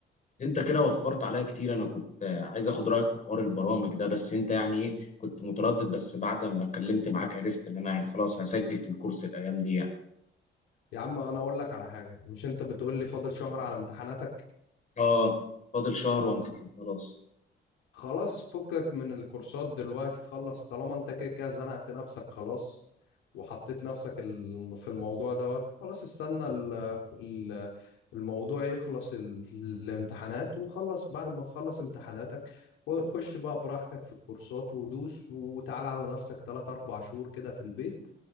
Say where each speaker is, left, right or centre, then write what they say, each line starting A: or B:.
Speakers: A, on the left; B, on the left.
A: انت كده وفرت عليا كتير انا كنت عايز اخد رايك في حوار البرامج ده بس انت يعني ايه كنت متردد بس بعد ما اتكلمت معاك عرفت ان انا يعني خلاص هسجل في الكورس الايام دي يعني
B: يا عم انا اقول لك على حاجة مش انت بتقول لي فاضل شهر على امتحاناتك
A: اه فاضل شهر
B: طب
A: وامتحن خلاص
B: خلاص فكك من الكورسات دلوقتي خلص طالما انت كده كده زنقت نفسك خلاص وحطيت نفسك ال- في الموضوع دوت خلاص استنى ال- ال- الموضوع يخلص ال- الامتحانات وخلص بعد ما تخلص امتحاناتك خش بقى براحتك في الكورسات ودوس وتعال على نفسك 3 4 شهور كده في البيت